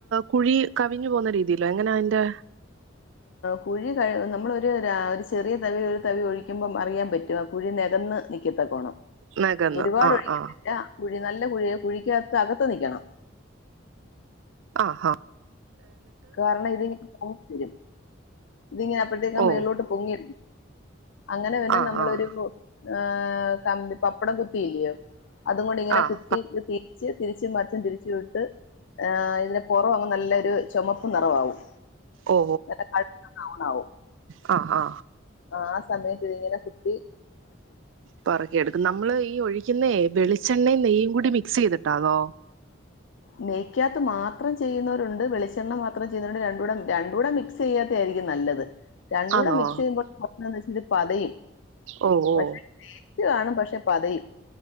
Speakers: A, on the right; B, on the left.
A: കുഴി കവിഞ്ഞു പോകുന്ന രീതിയിലോ എങ്ങനെയാ അതിന്റെ
B: കുഴി കഴ നമ്മളൊ ഒരു ഒരു ചെറിയ തവി ഒരു തവി ഒഴിക്കുമ്പം അറിയാൻ പറ്റും കുഴി നികന്ന് നിക്കത്തകോണം
A: നകന്ന്
B: ഒരുപാട്
A: ആഹ്
B: ഒഴിക്കത്തില്ല
A: ആഹ്
B: കുഴി നല്ല കുഴിയെ കുഴിക്കാത്ത് അകത്ത് നിക്കണം
A: ആ ആ
B: കാരണം ഇതിങ്ങ് <unintelligible> ഇതിങ്ങനെ അപ്പഴത്തേക്ക്
A: ഓ
B: മേലോട്ട് പൊങ്ങി അങ്ങനെ പിന്നെ
A: ആഹ്
B: നമ്മളൊരു
A: ആഹ്
B: കൊ ഏ കമ്പി പപ്പടം കുത്തിയില്ലിയൊ അതും കൊണ്ട് ഇങ്ങനെ
A: ആഹ്
B: കുത്തി പ്രത്യേകിച്ച് തിരിച്ച് മറിച്ചും തിരിച്ചു ഇട്ട് ഇതിന് പുറം അങ്ങ് നല്ലൊരു ചുമപ്പ് നിറവാവും
A: ഓ
B: നല്ല കറുത്ത ബ്രൗൺ ആവും
A: ആ ആ
B: ആ ആസമയത്ത് ഇതിങ്ങനെ കുറ്റി
A: പറക്കി എടുക്കും നമ്മള് ഈ ഒഴിക്കുന്നേ വെളിച്ച ച്ചെണ്ണയും നെയ്യും കൂടി മിക്സ് ചെയ്തിട്ടാന്നോ
B: നെയ്ക്കാത്ത് മാത്രം ചെയ്യുന്നവരുണ്ട് വെളിച്ചെണ്ണ മാത്രം ചെയ്യുന്നവരുണ്ട് രണ്ടുടെ രണ്ടുടെ മിക്സ് ചെയ്യാത്തതായിരിക്കും നല്ലത് രണ്ടുടെ
A: ആന്നോ
B: മിക്സ് ചെയ്യുമ്പോൾ ഇത് പതയും
A: ഓ ഓ
B: <unintelligible> കാണും പക്ഷെ പതയും